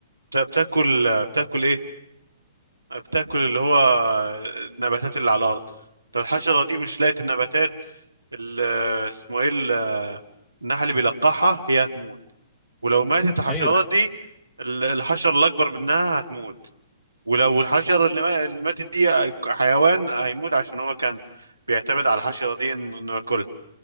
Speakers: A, on the right; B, on the left.
A: بت- بتاكل آه، بتاكل ايه بتاكل اللي هو النباتات اللي على الارض لو الحشره دي مش لقت النباتات ال- اسمه ايه ال- النحل اللي بيلقحها هي هتموت ولو ماتت الحشرات
B: ايوه ده حقيقي.
A: دي ال- الحشره الاكبر منها هتموت ولو الحشره اللي ما- اللي ماتت دي حيوان هيموت عشان هو كان بيعتمد على الحشره دي انه إنه ياكلها